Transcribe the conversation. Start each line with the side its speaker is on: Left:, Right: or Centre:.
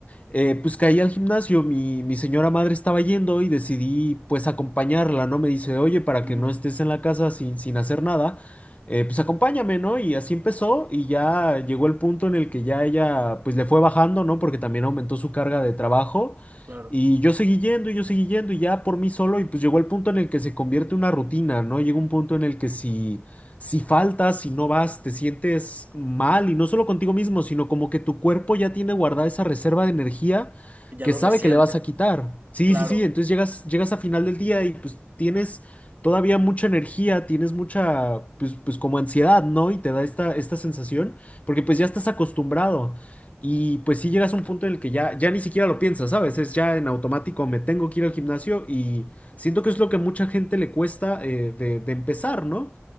Left: eh, pues caí al gimnasio, mi, mi señora madre estaba yendo y decidí pues acompañarla, ¿no? Me dice, oye, para
Right: Ujú,
Left: que no estés en la casa sin, sin hacer nada, eh, pues acompáñame, ¿no? Y así empezó y ya llegó el punto en el que ya ella pues le fue bajando, ¿no? Porque también aumentó su carga de trabajo
Right: claro,
Left: y yo seguí yendo y yo seguí yendo y ya por mí solo y pues llegó el punto en el que se convierte en una rutina, ¿no? Llegó un punto en el que si si faltas, si no vas, te sientes mal y no solo contigo mismo, sino como que tu cuerpo ya tiene guardada esa reserva de energía
Right: ya
Left: que
Right: lo
Left: sabe
Right: reciente,
Left: que le vas a quitar. Sí,
Right: claro.
Left: sí, sí, entonces llegas, llegas a final del día y pues tienes todavía mucha energía, tienes mucha, pues, pues como ansiedad, ¿no? Y te da esta, esta sensación, porque pues ya estás acostumbrado. Y pues sí llegas a un punto en el que ya, ya ni siquiera lo piensas, ¿sabes? Es ya en automático, me tengo que ir al gimnasio y siento que es lo que a mucha gente le cuesta eh, de de empezar, ¿no?